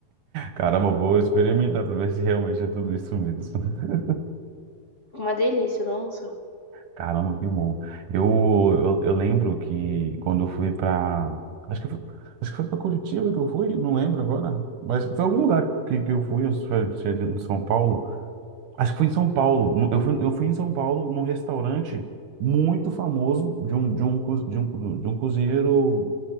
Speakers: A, on the right; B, on the left.
A: Caramba, eu vou experimentar para ver se realmente é tudo isso mesmo. <laughs>
B: Fica Uma delícia, nossa.
A: Caramba, que bom. Eu, eu, eu lembro que quando eu fui para. Acho que foi, acho que foi para Curitiba que eu fui, não lembro agora. Mas foi algum lugar que, que eu fui, eu fui se é em São Paulo. Acho que foi em São Paulo. No- Eu fui, eu fui em São Paulo num restaurante muito famoso de um, de um, co- de um, de um cozinheiro